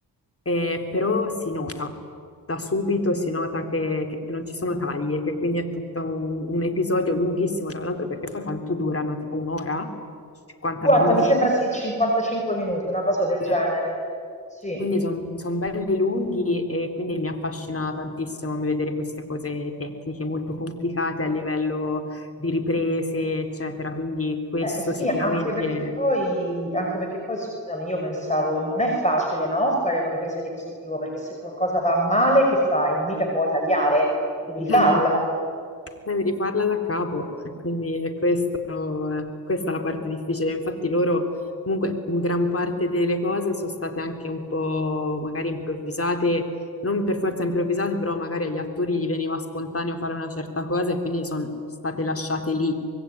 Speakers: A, on the left; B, on the left.
A: eh, però si nota, da subito si nota che, che non ci sono tagli e che quindi è tutto un, un episodio lunghissimo, tra l'altro, perché poi quanto durano? Tipo un'ora? 50
B: Guarda,
A: minuti?
B: mi sembra sì, 55 minuti, una cosa del
A: Eh,
B: genere. Sì.
A: Quindi sono belli lunghi e quindi mi affascina tantissimo vedere queste cose tecniche molto complicate a livello di riprese, eccetera. Quindi questo
B: Eh, sì,
A: sicuramente...
B: anche perché poi, anche perché poi, scusami, io pensavo non è facile, no, fare una ripresa di questo tipo, perché se qualcosa va male, che fai? Mica puoi tagliare, devi rifarla.
A: Eh no, devi rifarla da capo, e quindi è questo, eh, questa è la parte difficile. Infatti loro, comunque, in gran parte delle cose sono state anche un po' magari improvvisate, non per forza improvvisate, però magari agli attori gli veniva spontaneo fare una certa cosa e quindi sono state lasciate lì,